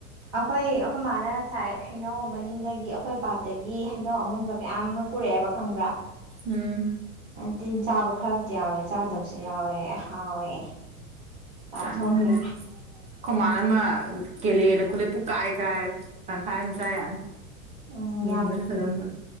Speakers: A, on the right (about 40°); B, on the right (about 15°).
A: ꯑꯈꯣꯏ ꯑꯩꯈꯣꯏ ꯃꯥꯅ ꯉꯁꯥꯏ ꯍꯩꯅꯧ ꯃꯅꯤꯡꯗꯒꯤ ꯑꯩꯈꯣꯏ ꯄꯥꯠ ꯗꯒꯤ ꯍꯩꯅꯧ ꯑꯃꯨꯟꯕ ꯀꯌꯥꯝ ꯑꯃ ꯄꯨꯔꯛꯑꯦꯕ ꯈꯪꯕ꯭ꯔꯥ
B: ꯎꯝ
A: ꯇꯤꯟ ꯆꯥꯕ ꯈꯔꯕꯨꯗꯤ ꯌꯥꯎꯋꯦ ꯆꯥꯗꯕꯁꯨ ꯌꯥꯎꯋꯦ ꯍꯥꯎꯋꯦ ꯆꯥꯊꯣꯛꯈ꯭ꯔꯦ
B: ꯆꯥꯅꯤꯡ ꯗ‌ꯦ ꯈ‌ꯣꯏ ꯃꯥꯅ ꯑꯃ ꯀꯦꯂꯛ ꯑꯦꯅ ꯈꯨꯜꯂꯛꯑ‌ꯦ ꯄꯨꯀꯥꯏ ꯀꯥꯏꯔ‌ꯦ ꯇꯪꯈꯥꯏ ꯑꯃ ꯆꯥꯏ ꯌꯥꯅꯤ
A: ꯎꯝ ꯌꯥꯝ
B: ꯃꯨꯟꯕꯗꯤ ꯐꯖ ꯃꯨꯟ